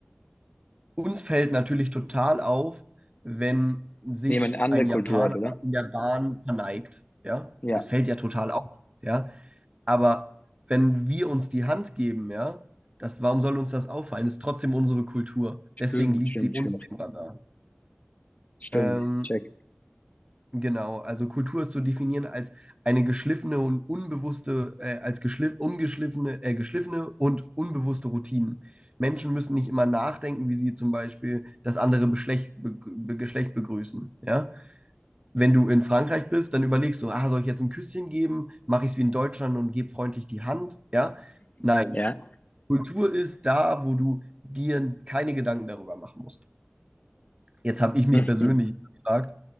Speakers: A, on the right; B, on the left.
A: uns fällt natürlich total auf, wenn sich
B: jemand eine andere
A: ein Japaner
B: Kultur hat, oder?
A: in der Bahn verneigt. Ja,
B: Ja,
A: das fällt ja total auf. Ja, aber wenn wir uns die Hand geben, ja, das, warum soll uns das auffallen? Ist trotzdem unsere Kultur.
B: stimmt,
A: Deswegen liegt
B: stimmt,
A: sie unter
B: stimmt,
A: dem Radar.
B: stimmt,
A: Ähm,
B: check.
A: Genau, also Kultur ist zu definieren als eine geschliffene und unbewusste, äh, als geschliff, umgeschliffene, äh, geschliffene und unbewusste Routinen. Menschen müssen nicht immer nachdenken, wie sie zum Beispiel das andere Beschlecht, be, be, Geschlecht begrüßen. Ja? Wenn du in Frankreich bist, dann überlegst du, ah, soll ich jetzt ein Küsschen geben? Mache ich es wie in Deutschland und gebe freundlich die Hand? Ja? Nein,
B: Ja,
A: Kultur ist da, wo du dir keine Gedanken darüber machen musst. Jetzt habe ich mich
B: <laughs> mhm.
A: persönlich gefragt,